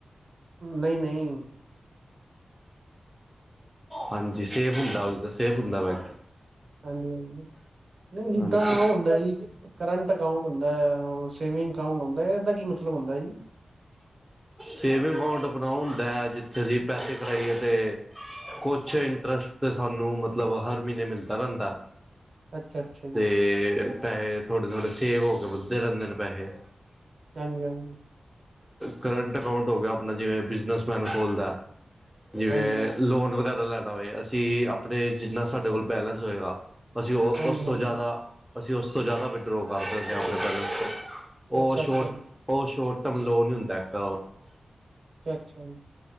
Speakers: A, on the right; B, in the centre.
A: ਨਹੀਂ-ਨਹੀਂ।
B: ਹਾਂਜੀ ਸੇਫ ਹੁੰਦਾ ਉਹਦੇ ਤੇ ਸੇਫ ਹੁੰਦਾ ਬੈਂਕ।
A: ਹਾਂਜੀ-ਹਾਂਜੀ ਨਹੀਂ ਜਿੱਦਾਂ
B: ਹਾਂਜੀ
A: ਉਹ ਹੁੰਦਾ ਜੀ ਕਰੰਟ ਅਕਾਊਂਟ ਹੁੰਦਾ ਹੈ, ਹੋਰ ਸੇਵਿੰਗ ਅਕਾਊਂਟ ਹੁੰਦਾ ਐ, ਇਹਦਾ ਕੀ ਮਤਲਬ ਹੁੰਦਾ ਜੀ।
B: ਸੇਵਿੰਗ ਅਕਾਊਂਟ ਬਣਾਉ ਹੁੰਦਾ ਹੈ ਜਿੱਥੇ ਅਸੀਂ ਪੈਸੇ ਕਰਈਏ ਤੇ ਕੁਛ ਇੰਟਰਸਟ ਤੇ ਸਾਨੂੰ ਮਤਲਬ ਹਰ ਮਹੀਨੇ ਮਿਲਦਾ ਰਹਿੰਦਾਂ।
A: ਅੱਛਾ ਅੱਛਾ ਜੀ
B: ਤੇ ਪੈਸੇ ਥੋੜੇ-ਥੋੜੇ ਸੇਵ ਹੋ ਕੇ ਵੱਧਦੇ ਰਹਿੰਦੇ ਨੇ ਪੈਸੇ।
A: ਹਾਂਜੀ-ਹਾਂਜੀ।
B: ਕਰੰਟ ਅਕਾਊਂਟ ਹੋ ਗਿਆ ਆਪਣਾ ਜਿਵੇਂ ਬਿਜਨਸਮੈਨ ਖੋਲਦਾ ਐ। ਜਿਵੇਂ
A: ਹਾਂਜੀ ਹਾਂਜੀ
B: ਲੋਨ ਵਗੈਰਾ ਲੈਣਾ ਹੋਵੇ, ਅਸੀਂ ਆਪਣੇ ਜਿੰਨਾ ਸਾਡੇ ਕੋਲ ਬੈਲੇਸ ਹੋਏਗਾ। ਅਸੀਂ ਉਹ
A: ਹਾਂਜੀ
B: ਉਸ
A: ਹਾਂਜੀ
B: ਤੋਂ ਜ਼ਿਆਦਾ ਅਸੀਂ ਉਸ ਤੋਂ ਜ਼ਿਆਦਾ ਵਿਡਰੋਅ ਕਰ ਸਕਦੇ ਹਾਂ ਆਪਣੇ ਬੈਲੇਸ ਚ। ਓਹ
A: ਅੱਛਾ ਅੱਛਾ
B: ਸ਼ੋਰਟ
A: ਜੀ
B: ਓਹ ਸ਼ੋਰਟ ਟਰਮ ਲੋਨ ਹੀ ਹੁੰਦਾ ਇੱਕ
A: ਅੱਛਾ ਜੀ।